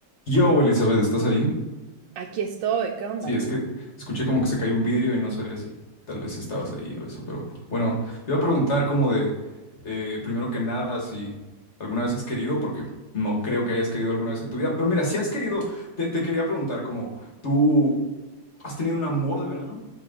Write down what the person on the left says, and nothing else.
Yo, Elizabeth, ¿estás ahí?
Sí, es que escuché como que se cayó un vidrio y no sabía si tal vez estabas ahí o eso, pero bueno, te iba a preguntar como de, eh, primero que nada, si alguna vez has querido, porque no creo que hayas querido alguna vez en tu vida, pero mira, si has querido, te, te quería preguntar como, ¿tú has tenido un amor de verano?